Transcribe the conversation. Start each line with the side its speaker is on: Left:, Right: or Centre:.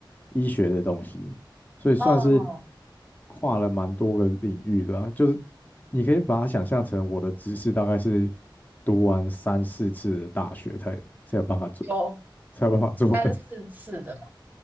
Left: 医学的东西，所以算是
Right: 哦。
Left: 跨了蛮多个领域的啊就是你可以把它想象成我的知识大概是读完三四次的大学才才有办法做，
Right: 有，
Left: 才有办法做的，
Right: 三四次的嘛。